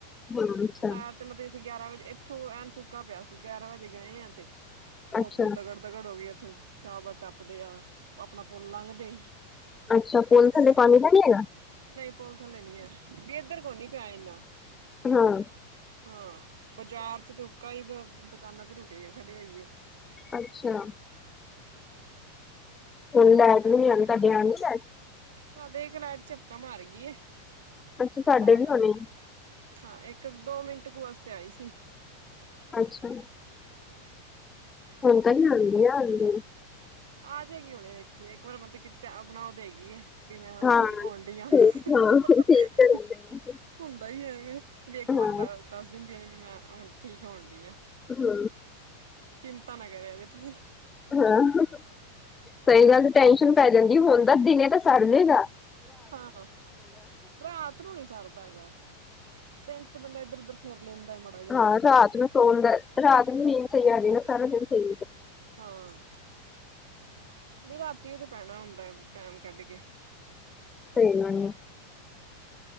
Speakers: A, on the left (about 15°); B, on the right (about 60°).
A: ਹਾਂ ਅੱਛਾ
B: ਸ਼ਹਿਰ ਤੇ ਮਤਲਬ ਅਸੀਂ ਗਿਆਰਾਂ ਵਜੇ ਇੱਥੋਂ ਐਨ ਸੁੱਕਾ ਪਿਆ ਸੀ ਗਿਆਰਾਂ ਵਜੇ ਗਏ ਆ ਤੇ ਉੱਥੇ
A: ਅੱਛਾ
B: ਦਗੜ ਦਗੜ ਹੋ ਗਈ ਉੱਥੇ <unintelligible> ਟੱਪਦੇ ਆ। ਆਪਣਾ ਪੁਲ ਲੰਘ ਦੇ
A: ਅੱਛਾ ਪੁਲ
B: ਤੇ
A: ਥੱਲੇ ਪਾਣੀ ਤਾਂ ਨੀ ਹੈਗਾ
B: ਨਹੀਂ ਪੁਲ ਥੱਲੇ ਨੀ ਐ ਮੀਂਹ ਇੱਧਰ ਕੋ ਨੀ ਪਿਆ ਐਨਾ।
A: ਹਾਂ
B: ਹਾਂ ਬਾਜ਼ਾਰ 'ਚ ਤੇ ਉੱਕਾ ਦੁਕਾਨਾਂ ਤੇ ਰੁਕੇ ਆ ਖੜੇ ਹੋਈਏ।
A: ਅੱਛਾ
B: ਹਾਂ,
A: <unintelligible>
B: ਸਾਡੇ ਇੱਕ ਲੈਟ ਝਪਕਾ ਮਾਰ ਗਈ ਐ।
A: ਅੱਛਾ
B: ਕੀ ਪਤਾ
A: ਸਾਡੇ
B: ਹੁਣ
A: ਵੀ ਆਉਣੀ
B: ਹਾਂ ਇੱਕ ਦੋ ਮਿੰਟ ਕੁ ਵਾਸਤੇ ਆਈ ਸੀ।
A: ਅੱਛਾ
B: ਹਾਂ
A: ਹੁਣ ਤਾਂ ਨੀ ਆਂਦੀ ਹਲੇ
B: ਆ ਜਾਏਗੀ ਹੁਣੇ ਇੱਕ ਵਾਰ ਮਤਲਬ ਆਪਣਾ ਓ ਦੇਗੀ ਐ। ਵੀ ਮੈਂ ਹੁਣ
A: ਹਾਂ
B: ਠੀਕ ਹੋਣ ਡੀਆਂ। <inaudible>
A: ਠੀਕ ਹਾਂ ਠੀਕ ਤਾਂ ਰਹਿੰਦੇ
B: <inaudible>
A: ਨੇ
B: ਹੁੰਦਾ ਹੀ ਐਵੇਂ ਵੀ ਇੱਕ ਵਾਰ
A: ਹਾਂ
B: ਦੱ ਦੱਸ ਦਿੰਦੀਆਂ ਨੇ ਵੀ। ਮੈਂ ਹੁਣ ਠੀਕ ਹੋਣ ਡਈ ਆਂ।
A: ਹਾਂ।
B: ਚਿੰਤਾ ਨਾ ਕਰਿਆ ਜੇ ਤੁਸੀਂ।
A: ਹਾਂ ਸਹੀ ਗੱਲ ਤੇ ਟੈਸ਼ਨ ਪੈ ਜਾਂਦੀ। ਹੁਣ ਤਾਂ ਦਿਨ ਤਾਂ ਸਰ ਲਗਾ।
B: ਹਾਂ ਰਾਤ ਨੂੰ ਨੀ ਸਰਦਾ ਹੈਗਾ। ਦਿਨ ਚ ਤੇ ਬੰਦਾ ਇੱਧਰ ਉਧਰ। ਫੇਰ ਲੈਂਦਾ ਮ।
A: ਹਾਂ ਰਾਤ ਨੂੰ ਸੋਡ। ਰਾਤ ਨੂੰ ਮੀਨ ਸਦੇ ਸਾਰ ਸੇ।
B: ਹਾਂ ਵੀ ਰਾਤੀ ਤੇ ਪੈਣਾ ਹੁੰਦਾ। ਟੈਮ ਕੱਢ ਕੇ।
A: ਸਹੀ ਗੱਲ ਐ।